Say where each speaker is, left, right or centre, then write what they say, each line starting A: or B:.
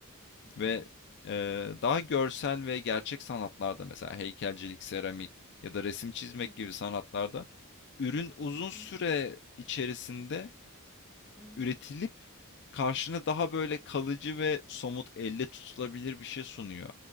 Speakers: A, on the left (about 20°); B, on the left (about 55°).
A: Hı
B: Ve
A: hı.
B: eee, daha görsel ve gerçek sanatlarda mesela heykelcilik, seramik ya da resim çizmek
A: Hı hı.
B: gibi sanatlarda ürün uzun süre
A: Hı hı.
B: içerisinde
A: Hı hı.
B: Üretilip karşına daha böyle kalıcı ve somut, elle tutulabilir bir şey sunuyor